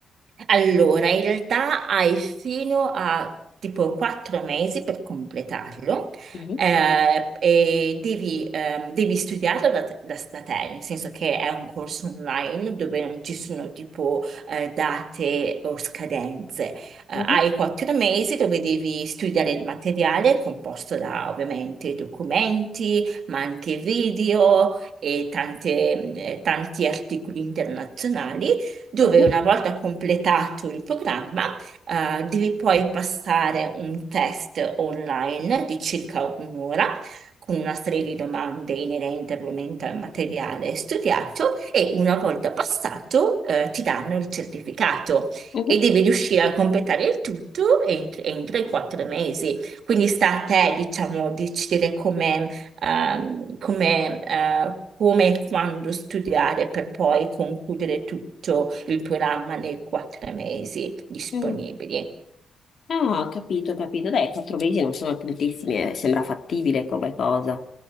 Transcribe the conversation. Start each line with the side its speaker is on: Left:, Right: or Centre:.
Right: Allora, in realtà hai fino a tipo quattro mesi per completarlo
Left: Mhm,
Right: eh, e devi, ehm, devi studiarlo da, te, da- da te, nel senso che è un corso online dove non ci sono tipo eh, date o scadenze. Eh,
Left: mhm,
Right: hai quattro mesi dove devi studiare il materiale composto da ovviamente documenti, ma anche video e tante- mm, eh, tanti articoli internazionali dove
Left: mhm,
Right: una volta completato il programma, eh, devi poi passare un test online di circa un'ora. con una serie di domande inerente ovviamente al materiale studiato e una volta passato, eh, ti danno il certificato
Left: mhm,
Right: e devi riuscire a completare il tutto ent- entro i quattro mesi. Quindi sta a te, diciamo, decidere come ehm, come, eh, come e quando studiare per poi concludere tutto il programma nei quattro mesi disponibili.
Left: mhm. Ah, ho capito, ho capito. Dai, quattro mesi non sono tantissimi, eh, sembra fattibile come cosa.